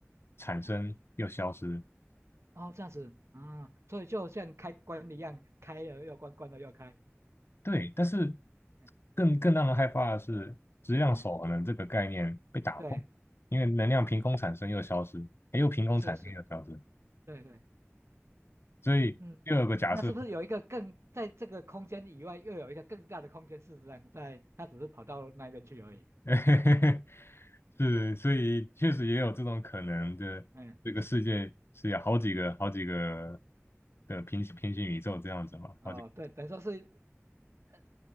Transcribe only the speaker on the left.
产生又消失。
对，但是
更更让人害怕的是，质量守恒的这个概念被打破，
因为能量凭空产生又消失，又凭空产生又消失，
所以又有个假设，
<laughs> 是，所以确实也有这种可能的，
这个世界是有好几个好几个
的平平行宇宙这样子嘛，
好几个。